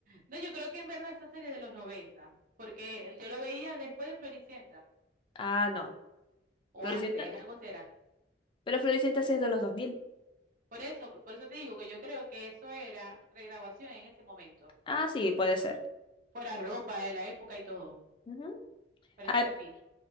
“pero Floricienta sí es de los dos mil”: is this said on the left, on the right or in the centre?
Left